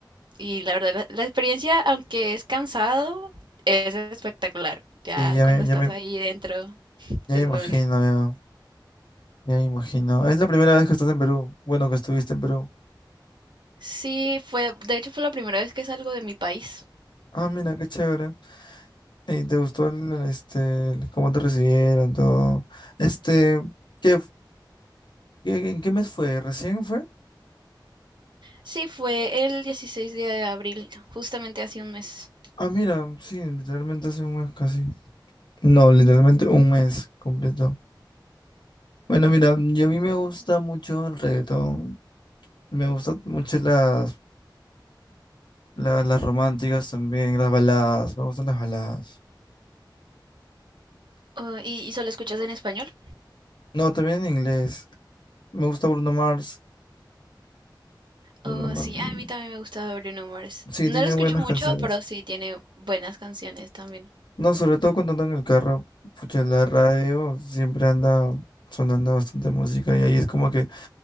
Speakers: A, on the right (about 70°); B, on the left (about 70°).
A: Y la verdad, la, la experiencia, aunque es cansado, es espectacular. Ya
B: Sí, ya
A: cuando
B: me, ya
A: estás
B: me,
A: ahí dentro,
B: ya
A: es
B: me imagino,
A: bueno.
B: ya. Ya me imagino. Es la primera vez que estás en Perú. Bueno, que estuviste en Perú.
A: Sí, fue, de hecho fue la primera vez que salgo de mi país.
B: Ah, mira, qué chévere. ¿Y te gustó el, el, este, el cómo te recibieron, todo? Este, ¿qué, qué- en qué mes fue? ¿Recién fue?
A: Sí, fue el 16 de abril, justamente hace un mes.
B: Ah, mira, sí, literalmente hace un mes casi. No, literalmente un mes completo. Bueno, mira, yo a mí me gusta mucho el reggaetón. Me gustan mucho las, la- las, románticas también, las baladas. Me gustan las baladas.
A: Oh, ¿y, y solo escuchas en español?
B: No, también en inglés. Me gusta Bruno Mars. Bruno
A: Oh,
B: Mars.
A: sí,
B: mm,
A: a mí también me gusta Bruno Mars.
B: Sí,
A: No
B: tiene
A: lo escucho
B: buenas
A: mucho,
B: canciones.
A: pero sí tiene buenas canciones también.
B: No, sobre todo cuando ando en el carro, pucha, la radio siempre anda sonando bastante música y ahí es como que